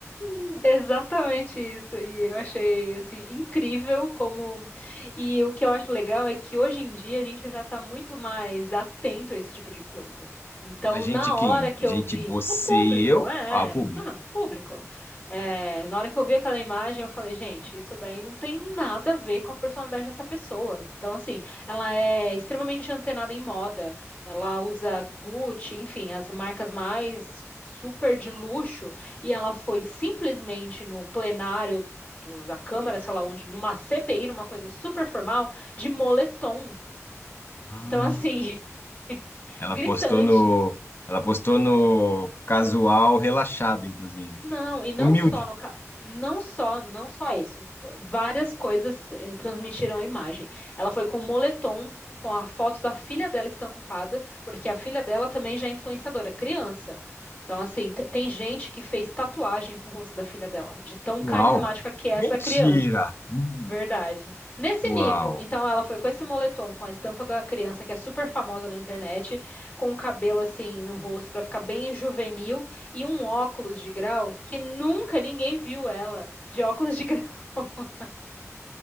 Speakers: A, on the left (about 30°); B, on the left (about 45°).
A: <laughs> Exatamente isso. E eu achei assim incrível como e o que eu acho legal é que hoje em dia a gente já está muito mais atento a esse tipo de coisa. Então,
B: A gente
A: na
B: quem?
A: hora que
B: A
A: eu
B: gente,
A: vi
B: você
A: o público,
B: e eu,
A: é,
B: ao público.
A: é, ah, público. É, na hora que eu vi aquela imagem, eu falei, gente, isso daí não tem nada a ver com a personalidade dessa pessoa. Então, assim, ela é extremamente antenada em moda. Ela usa Gucci, enfim, as marcas mais super de luxo e ela foi simplesmente no plenário do- da Câmara, sei lá onde, numa CPI, numa coisa super formal, de moletom.
B: Ah,
A: Então, assim, <laughs>
B: Ela
A: gritante.
B: postou no, ela postou no casual relaxado, inclusive.
A: Não, e não
B: Humilde.
A: só no ca- não só, não só isso. Várias coisas eh, transmitiram a imagem. Ela foi com moletom, com a foto da filha dela estampada, porque a filha dela também já é influenciadora, criança. Então, assim, tem, tem gente que fez tatuagem com o rosto da filha dela, de tão carismática
B: Uau.
A: que é essa
B: Mentira.
A: criança.
B: Hum,
A: Verdade. Nesse
B: Uau.
A: nível, então ela foi com esse moletom, com a estampa da criança que é super famosa na internet, com o cabelo assim no rosto pra ficar bem juvenil e um óculos de grau que nunca ninguém viu ela de óculos de grau. <laughs>